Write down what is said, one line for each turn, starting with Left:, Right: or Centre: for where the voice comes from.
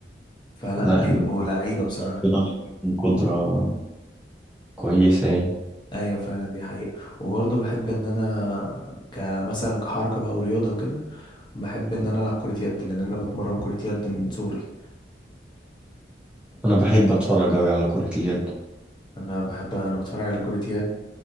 Left: فلا
Centre: لا
Left: بيبقوا
Centre: إن-
Left: لعيبه بصراحه
Centre: ربنا مديهم قدرة كويسة يعني
Left: ايوه فعلا دي حقيقة وبرضه بحب ان انا كمثلا كحركة بقى ورياضة وكده بحب ان انا العب كرة يد لان انا بتمرن كرة يد من صغري
Centre: انا بحب اتفرج اوي على كرة اليد
Left: انا بحب انا بتفرج على كرة يد